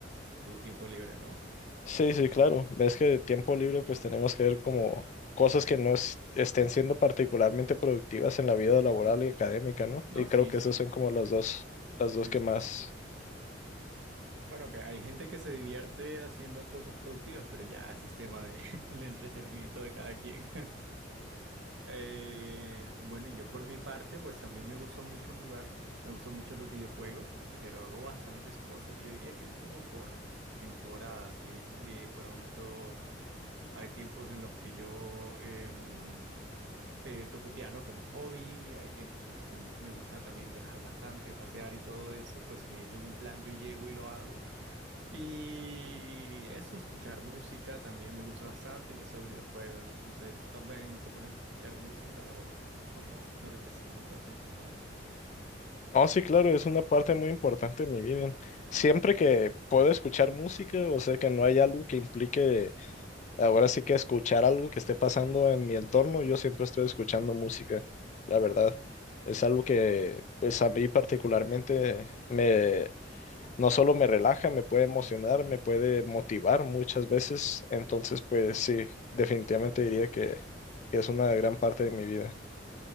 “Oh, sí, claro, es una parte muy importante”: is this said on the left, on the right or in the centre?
Left